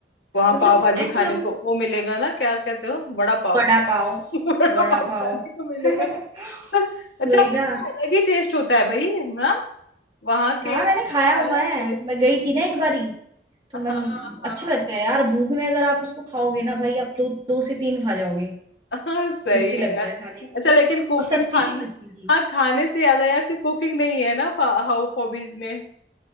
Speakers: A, on the left; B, on the right.
A: वहां
B: मतलब
A: पाव भाजी
B: ऐसे
A: खाने
B: हम
A: को वो मिलेगा ना क्या कहते हो बड़ा पाव
B: वड़ा पाव
A: <laughs> बड़ा
B: वड़ा
A: पाव
B: पाव
A: खाने को मिलेगा
B: <laughs>
A: <laughs> अच्छा
B: वही
A: उनका
B: ना
A: अलग ही टेस्ट होता है भाई ना वहां
B: हाँ
A: के
B: मैंने
A: का
B: खाया हुआ
A: अलग
B: है
A: टेस्ट
B: मैं गई थी ना एक बारी तो
A: हाँ
B: मैम
A: हाँ
B: अच्छा लगता है यार भूख में अगर आप उसको खाओगे ना भाई आप दो दो से तीन खा जाओगे
A: हाँ <laughs> सही
B: टेस्टी
A: है
B: लगता
A: यार
B: है खाने में
A: अच्छा लेकिन कुकिंग
B: और सस्ती
A: खाने
B: की सस्ती चीज
A: हाँ खाने से याद आया कि कुकिंग नहीं है ना हाउ हॉबीज में